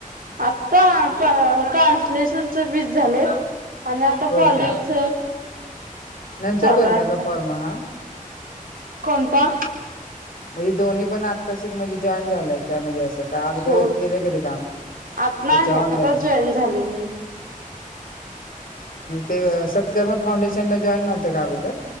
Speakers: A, on the right; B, on the left.
A: आत्ता ट्रान्सलेशनच वीस झाले. आणि आता
B: होय
A: कॉलिंग
B: का
A: च
B: नंतर
A: चालू
B: भरला
A: आता
B: का फॉर्म हा
A: कोणता?
B: म्हणजे दोन्ही पण आत्तासिक म्हणजे जॉईन झालाय का? म्हणजे का अगोदर
A: हो
B: केले कधी काम
A: आत नाही
B: याच्या
A: नाही
B: ऑनलाईनच.
A: आताच जॉईन झाले मी
B: ते सत्कर्म फाउंडेशनला जॉईन नव्हते का अगोदर.